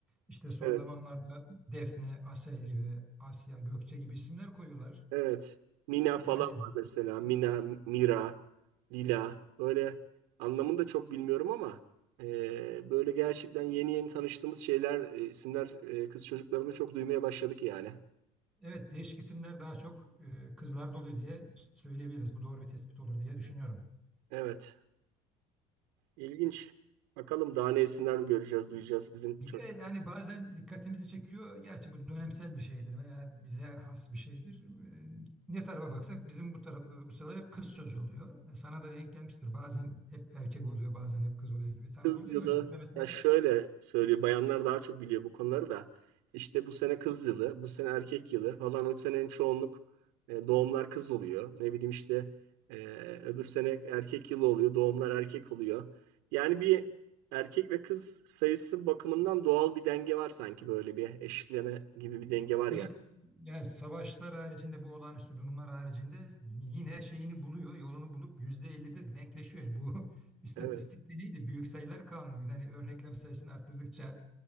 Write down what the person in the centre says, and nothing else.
işte son
zamanlarda Defne, Asel gibi, Asya, Gökçe gibi isimler koyuyorlar.
Yani
Evet, değişik isimler daha çok e, kızlarda oluyor diye söyleyebiliriz. Bu doğru bir tespit olur diye düşünüyorum.
Bir
de yani bazen dikkatimizi çekiyor. Gerçi bu dönemsel bir şeydir veya bize has bir şeydir. E, ne tarafa baksak bizim bu taraflarda bu sefer hep kız çocuğu oluyor. E, sana da denk gelmiştir. Bazen hep erkek oluyor, bazen hep kız oluyor gibi. Sana
da oluyor
mu öyle? Burada mesela
Evet,
yani savaşlar haricinde bu olağanüstü durumlar haricinde yine şeyini buluyor, yolunu bulup %50'de denkleşiyor. Yani Bu <laughs> istatistikte
neydi? Büyük sayılar kanunuydu. Hani örneklem sayısını arttırdıkça